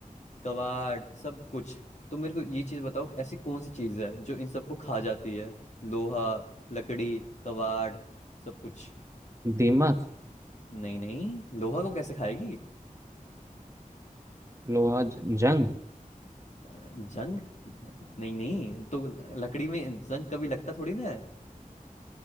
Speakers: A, on the left (about 55°); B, on the right (about 20°).
A: कबाड़ सब कुछ तो मेरे को ये चीज बताओ ऐसी कौन सी चीज है जो इन सबको खा जाती है लोहा लकड़ी कबाड़ सब कुछ
B: दीमक
A: नहीं नहीं लोहा को कैसे खाएगी
B: लोहा ज- जंग
A: अ, जंग नहीं नहीं तो लकड़ी में जंग कभी लगता थोड़ी ना है